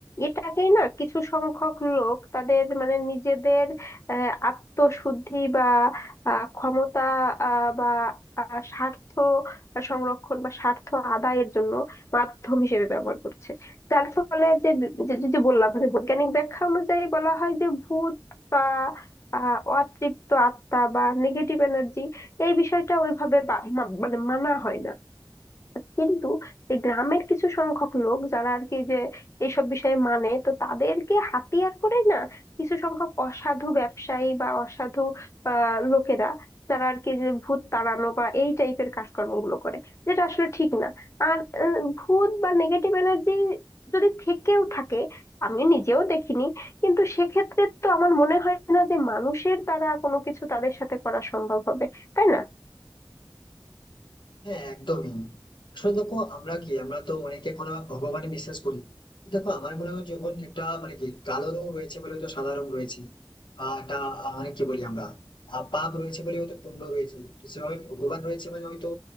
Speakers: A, on the left (about 35°); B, on the left (about 80°).
A: এটাকেই না কিছু সংখ্যক লোক তাদের মানে নিজেদের আহ আত্মশুদ্ধি বা আহ, ক্ষমতা আহ, বা আহ, স্বার্থ সংরক্ষণ বা স্বার্থ আদায়ের জন্য মাধ্যম হিসেবে ব্যবহার করছে যার ফলে যে যে যে- যে বললাম যে বৈজ্ঞানিক ব্যাখ্যা অনুযায়ী বলা হয় যে ভূত বা আহ, অতৃপ্ত আত্মা বা নেগেটিভ এনার্জি এই বিষয়টা ওইভাবে বা- মা- মানে মানা হয় না কিন্তু এই গ্রামের কিছু সংখ্যক লোক যারা আর কি যে এইসব বিষয়ে মানে তো তাদেরকে হাতিয়ার করে না কিছু সংখ্যক অসাধু ব্যবসায়ী বা অসাধু আহ লোকেরা যারা আর কি যে ভূত তাড়ানো বা এই টাইপের কাজকর্মগুলো করে যেটা আসলে ঠিক না আর আহ, ভূত বা নেগেটিভ এনার্জি যদি থেকেও থাকে আমি নিজেও দেখিনি কিন্তু সেক্ষেত্রে তো আমার মনে হয় না যে মানুষের দ্বারা কোনো কিছু তাদের সাথে করা সম্ভব হবে তাই না
B: হ্যাঁ একদমই আসলে দেখো আমরা কি আমরা তো অনেকে এখনো ভগবানে বিশ্বাস করি দেখো আমার মনে হয় যখন একটা মানে কি কালো রং রয়েছে বলে হয়তো সাদা রং রয়েছে বা একটা আহ, মানে কি বলি আমরা আহ, পাপ রয়েছে বলে হয়তো পুণ্য রয়েছে তো সেভাবে ভগবান রয়েছে মানে হয়তো